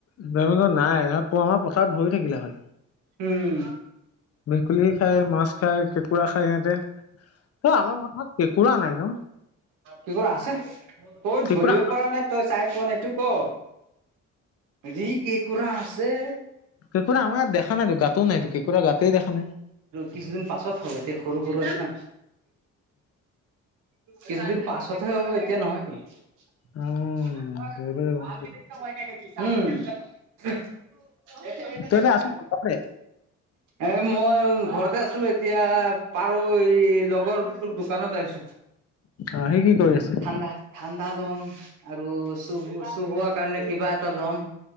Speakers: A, on the left; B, on the right.
A: যোৱা বছৰ নাই <unintelligible> আমাৰ পথাৰত ভৰি থাকিলে হয়।
B: উম
A: ভেকুলী খায়, মাছ খায়, কেঁকুৰা খায় এহঁতে এ আমাৰ পথাত কেঁকোৰা নাই ন?
B: কেঁকোৰা আছে তই
A: কেঁকুৰা
B: ধৰিব পাৰা নাই। তই চাই পোৱা ন এইটো ক, যি কেঁকোৰা আছে।
A: কেঁকোৰা আমাৰ ইয়াত দেখা নাইতো গাতও নাইতো কেঁকোৰা গাতেই দেখা নাই।
B: কিছুদিন পাছত হব এয়া সৰু-সৰু আছে ন। কিছুদিন পাছতহে হ'ব এতিয়া নহয় তো। উম,
A: উম ধৰিব লাগিব
B: ওহ। <unintelligible>
A: তই এতিয়া আছ ঘৰতে
B: এ মই ঘৰতে আছিলো এতিয়া পাৰ হৈ লগৰ তোৰ দোকানত আহিছো।
A: অ, সি কি কৰি আছে?
B: ঠাডা-ঠাণ্ডা ল'ম আৰু চু-চুবোৱাৰ কাৰণে কিবা এটা ল'ম।